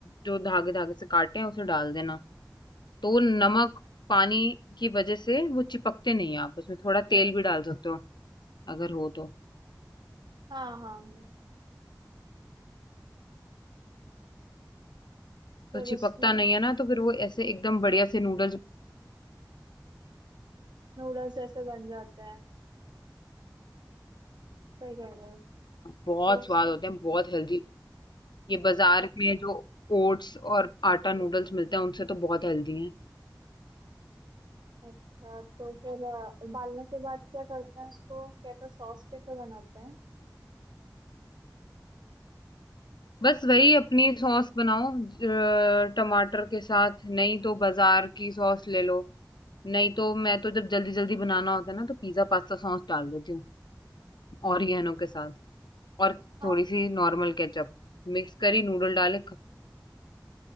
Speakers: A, on the left; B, on the right.
A: जो धागे धागे से काटे हैं उसे डाल देना तो वो नमक पानी की वजह से वो चिपकते नहीं है आप उसमें थोड़ा तेल भी डाल सकते हो अगर हो तो
B: हाँ हाँ हाँ फिर
A: तो चिपकता
B: उसमें
A: नहीं है ना तो फिर वो ऐसे एकदम बढ़िया से नूडल्स
B: नूडल्स जैसे बन जाते हैं सही कह रहे हो
A: बहुत
B: तो उसके
A: स्वाद होते हैं बहुत हेल्दी ये बाजार में जो ओट्स और आटा नूडल्स मिलते हैं उनसे तो बहुत हेल्दी हैं
B: अच्छा तो फिर अ, उबालने के बाद क्या करते हैं उसको कैसे सॉस कैसे बनाते हैं
A: बस वही अपनी सॉस बनाओ ज- टमाटर के साथ नहीं तो बाजार की सॉस ले लो नहीं तो मैं तो जब जल्दी जल्दी बनाना होता है ना तो पिज्जा पास्ता सॉस डाल देती हूँ ऑरिगेनो के साथ और
B: हाँ
A: थोड़ी सी नॉर्मल केचप मिक्स करी नूडल डाले ख-